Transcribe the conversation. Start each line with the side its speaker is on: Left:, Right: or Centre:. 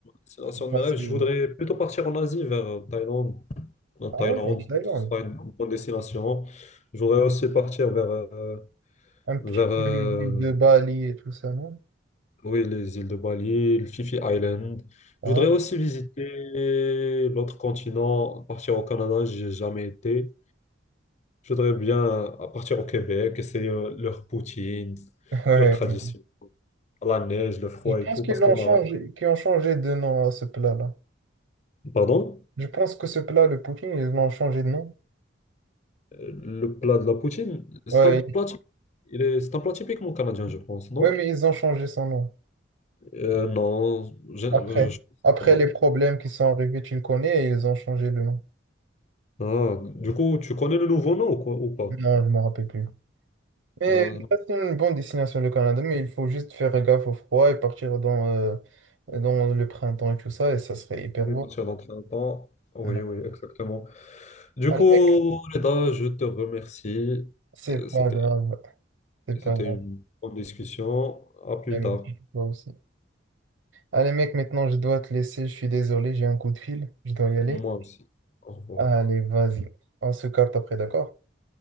Left: sinon, sur
Right: passer
Left: mes rêves, je voudrais plutôt partir en Asie, vers euh, Thaïlande. En
Right: Ah
Left: Thaïlande,
Right: ouais, il y a des Thaïlandes.
Left: ce sera une bonne destination. Je voudrais aussi partir vers, euh,
Right: Un petit
Left: vers
Right: peu
Left: euh,
Right: l'île de Bali et tout ça, non?
Left: oui, les îles de Bali, le Phi Phi Island.
Right: Ouais,
Left: Je voudrais aussi visiter l'autre continent, partir au Canada, j'ai jamais été. Je voudrais bien à partir au Québec, essayer euh, leur poutine,
Right: <laughs> ouais.
Left: leur tradition,
Right: ouais.
Left: la neige, le froid
Right: Je pense
Left: et tout,
Right: qu'ils
Left: parce
Right: l'ont
Left: qu'au Maroc,
Right: changé, qu'ils ont changé de nom à ce plat-là.
Left: pardon,
Right: Je pense que ce plat, le poutine, ils l'ont changé de nom.
Left: euh, le plat de la poutine, c'est
Right: Ouais,
Left: un plat,
Right: ils-
Left: typique il est, c'est un plat typiquement canadien, je pense, non?
Right: ouais, mais ils ont changé son nom.
Left: Euh, non, je, euh,
Right: Après,
Left: je sais
Right: après
Left: pas.
Right: les problèmes qui sont arrivés, tu le connais, et ils ont changé le nom.
Left: Ah, du coup, tu connais le nouveau nom ou quoi, ou pas?
Right: Non, je me rappelle plus. Mais
Left: Euh,
Right: ça, c'est une bonne destination, le Canada, mais il faut juste faire gaffe au froid et partir dans, euh, dans le printemps et tout ça, et ça serait hyper
Left: oui,
Right: beau.
Left: partir dans très longtemps. Oui,
Right: Ouais.
Left: oui, exactement. Du
Right: Allez,
Left: coup,
Right: mec,
Left: Reda, je te remercie.
Right: c'est
Left: Euh, C'était
Right: pas grave. C'est
Left: C'était
Right: pas grave.
Left: une bonne discussion. À plus
Right: Allez,
Left: tard.
Right: merci, Toi aussi. Allez, mec, maintenant, je dois te laisser. Je suis désolé, j'ai un coup de fil. Je dois y aller.
Left: Moi aussi. Au revoir.
Right: Allez, vas-y. On se capte après, d'accord?